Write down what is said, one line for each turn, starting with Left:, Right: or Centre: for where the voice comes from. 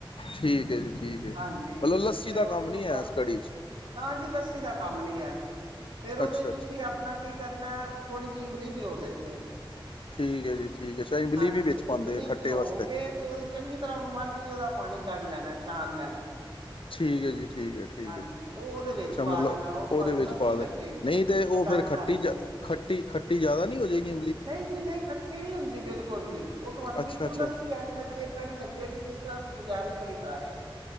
Left: ਠੀਕ ਹੈ ਜੀ। ਠੀਕ ਹੈ।
Right: ਹਾਂਜੀ
Left: ਮਤਲਬ
Right: ਉਹ
Left: ਲੱਸੀ
Right: ਫੇਰ
Left: ਦਾ
Right: ਉਸ
Left: ਕੰਮ
Right: ਤੋਂ
Left: ਨੀ
Right: ਬਾਅਦ
Left: ਹੈ ਇਸ ਕੜੀ 'ਚ।
Right: ਨਾ ਜੀ ਲੱਸੀ ਦਾ ਕੰਮ ਨੀ ਹੈ। ਫੇਰ
Left: ਅੱਛਾ
Right: ਉਹਦੇ' ਚ ਤੁਸੀਂ
Left: ਅੱਛਾ
Right: ਆਪਣਾ ਕੀ ਕਰਨਾ? ਥੋੜ੍ਹੀ ਜੀ ਇਮਲੀ ਭਿਉ ਦੇਣੀ ਐ।
Left: ਠੀਕ ਹੈ ਜੀ ਠੀਕ ਹੈ। ਅੱਛਾ ਇਮਲੀ
Right: ਹਾਂਜੀ
Left: ਵੀ ਵਿੱਚ ਪਾਉਂਦੇ
Right: ਇਮਲੀ
Left: ਖੱਟੇ
Right: ਭਿਉਂ
Left: ਵਾਸਤੇ।
Right: ਕੇ ਤੇ ਉਹਦੀ ਚੰਗੀ ਤਰ੍ਹਾਂ ਉਹਨੂੰ ਮੱਧ ਕੇ ਉਹਦਾ ਪਾਣੀ ਕੱਢ ਲੈਣਾ ਛਾਣ ਲੈਣਾ।
Left: ਠੀਕ ਹੈ ਜੀ ਠੀਕ ਹੈ ਠੀਕ
Right: ਹਾਂਜੀ
Left: ਹੈ।
Right: ਉਹ ਉਹਦੇ ਵਿੱਚ
Left: ਅੱਛਾ
Right: ਪਾ
Left: ਮਤਲਬ
Right: ਦੇਣਾ ਉਹ
Left: ਉਹਦੇ
Right: ਤੁਹਾਨੂੰ
Left: ਵਿੱਚ
Right: ਲੱਸੀ
Left: ਪਾ
Right: ਲੱਗੇਗੀ
Left: ਦੇਣ ਨਹੀਂ ਤੇ ਉਹ
Right: ਖਟਾਈ
Left: ਫੇਰ। ਖੱਟੀ
Right: ਬਣ ਜਾਏਗੀ।
Left: ਜ ਖੱਟੀ ਖੱਟੀ ਜ਼ਿਆਦਾ ਨਹੀਂ ਹੋ ਹੋਜੇਗੀ।
Right: ਨਹੀਂ ਜੀ ਨਹੀਂ ਖੱਟੀ ਨੀ ਹੁੰਦੀ ਬਿਲਕੁਲ ਵੀ। ਉਹ ਤੁਹਾਨੂੰ
Left: ਅੱਛਾ
Right: ਬਿਲਕੁਲ
Left: ਅੱਛਾ
Right: ਲੱਸੀ ਐਜ ਲੱਗੇ। ਕੜੀ ਲੱਗੇਗੀ ਜਿਸ ਤਰ੍ਹਾਂ ਅਸੀਂ ਬਜ਼ਾਰੀ ਕੜੀ ਖਾ ਰਹੇ ਹਾਂ।